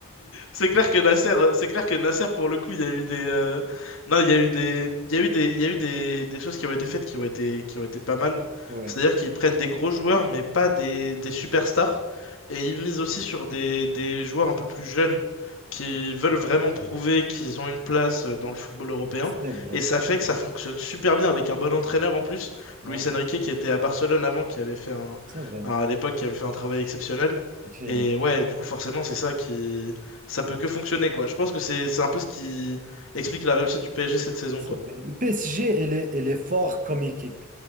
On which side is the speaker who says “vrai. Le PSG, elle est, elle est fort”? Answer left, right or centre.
Right